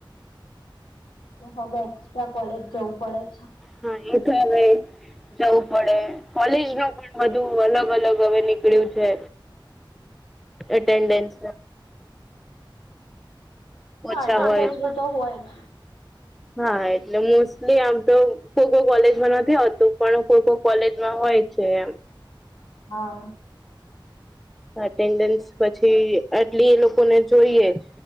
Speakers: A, on the left; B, in the centre.
A: હવે એક્સ્ટ્રા કોલેજ જવું પડે છે.
B: હા એ તો હવે જવું પડે કોલેજ ન પણ બધું અલગ અલગ હવે નીકળ્યું છે. અટેન્ડન્સ
A: હા
B: ઓછા
A: એટેન્ડન્સ
B: હોય
A: તો હોય જ
B: હા એટલે મોસ્ટલી આમ તો કોક કોલેજમાં નથી આવતું પણ કોક કોલેજમાં હોય છે એમ
A: હા
B: હ એટેન્ડન્સ પછી આટલી એ લોકોને જોઈએ જ